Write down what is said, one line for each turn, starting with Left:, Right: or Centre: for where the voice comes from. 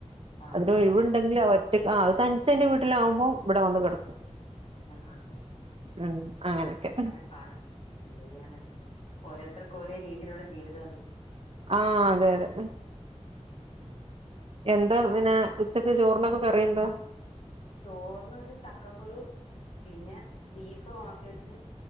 Left: ആ
Right: അതിന്
Left: ഉണ്ടല്ലേ
Right: ഒഴിവുണ്ടെങ്കിലൊ അത് തൻച്ച് അയ്ന്റെ വീട്ടിലാവുമ്പം ഇവിടെ വന്ന് കിടക്കും
Left: ആ ആ ആ
Right: ഉം അങ്ങനെയൊക്കെ
Left: അതാണ് സാട യാന ഓരോരുത്തർക്കും ഓരോ രീതിയിലുള്ള ജീവിത ചല
Right: ആ അതെ അതെ
Left: ഉം ഉം ഉം
Right: എന്താ പിന്നെ ഉച്ചക്ക് ചോറിനൊക്കെ കറി എന്താ
Left: ചോറിന് വന്ന് ചക്കക്കുരു പിന്നെ ബീഫ് ഉണക്കി വെച്ച്